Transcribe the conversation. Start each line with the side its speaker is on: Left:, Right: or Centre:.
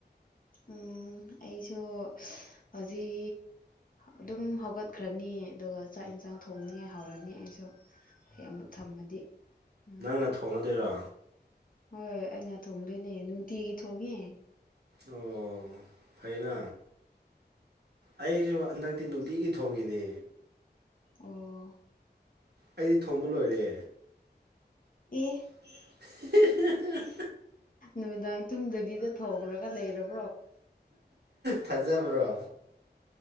Left: ꯎꯝ ꯑꯩꯁꯨ ꯍꯧꯖꯤꯛ ꯑꯗꯨꯝ ꯍꯧꯒꯠꯈ꯭ꯔꯅꯤ ꯑꯗꯨꯒ ꯆꯥꯛ ꯌꯦꯟꯁꯥꯡ ꯊꯣꯡꯅꯤꯉꯥꯏ ꯍꯧꯔꯅꯤ ꯑꯩꯁꯨ ꯍꯦꯛ ꯑꯃꯨꯛ ꯊꯝꯃꯗꯤ ꯎꯝ
Right: ꯪꯅ ꯊꯣꯡꯉꯗꯣꯏꯔꯣ
Left: ꯍꯣꯏꯣꯏ ꯑꯩꯅ ꯊꯣꯡꯗꯣꯏꯅꯦ ꯅꯨꯡꯇꯤꯒꯤ ꯊꯣꯡꯉꯦ
Right: ꯑꯣ ꯐꯩꯅ ꯑꯩꯁꯨ ꯍꯟꯗꯛꯇꯤ ꯅꯨꯡ ꯎꯇꯤꯒꯤ ꯊꯣꯡꯏꯅꯦ
Left: ꯑꯣ
Right: ꯑꯩꯗꯤ ꯊꯣꯡꯕ ꯂꯣꯏꯔꯦ
Left: ꯑꯦ
Right: <inaudible>
Left: ꯅꯨꯃꯤꯗꯥꯡ ꯇꯨꯝꯗꯕꯤꯗ ꯊꯣꯡꯈ꯭ꯔꯒ ꯂꯩꯔꯕ
Right: ꯊꯥꯖꯕ꯭ꯔꯣ